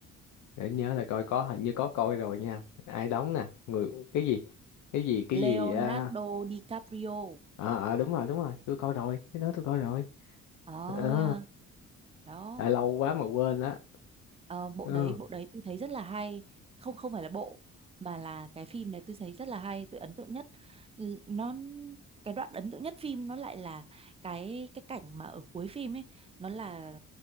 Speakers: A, on the left; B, on the right.
A: để nhớ là coi có hình như có coi rồi nha ai đóng nè người cái gì cái gì cái gì
B: Leonardo
A: à,
B: DiCaprio
A: ờ ờ, đúng rồi đúng rồi tôi coi rồi cái đó tôi coi rồi
B: ờ
A: Ờ,
B: thế à. đó
A: à, lâu quá mà quên đó
B: Ờ, bộ
A: ừ
B: đấy bộ đấy tôi thấy rất là hay không không phải là bộ mà là cái phim này tôi thấy rất là hay tôi ấn tượng nhất L- nó cái đoạn ấn tượng nhất phim nó lại là cái cái cảnh mà ở cuối phim ấy nó là